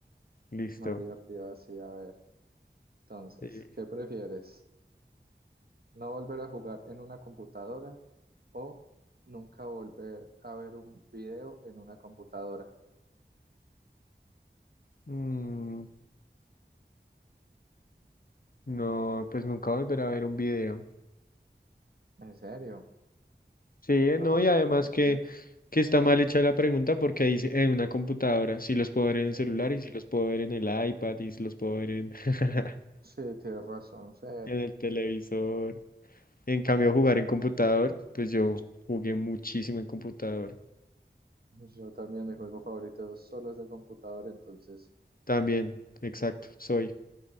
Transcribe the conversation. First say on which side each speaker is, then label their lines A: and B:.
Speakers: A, on the left; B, on the right.
A: listo.
B: más divertido así, a ver. Entonces,
A: Sí.
B: ¿qué prefieres? ¿No volver a jugar en una computadora o nunca volver a ver un video en una computadora.
A: Mm, no, pues nunca volver a ver un video.
B: ¿En serio?
A: Sí, eh,
B: Ah,
A: no, y además
B: no
A: que,
B: sé.
A: que está mal hecha la pregunta porque dice en una computadora, si los puedo ver en
B: Sí,
A: el celular y si los puedo ver en el iPad y si los puedo ver en, <laughs>
B: sí, tienes razón. Sí.
A: en el televisor. En cambio, jugar en computador, pues yo jugué muchísimo en computador.
B: Yo también mi juego favorito solo es de computador, entonces
A: También, exacto, soy.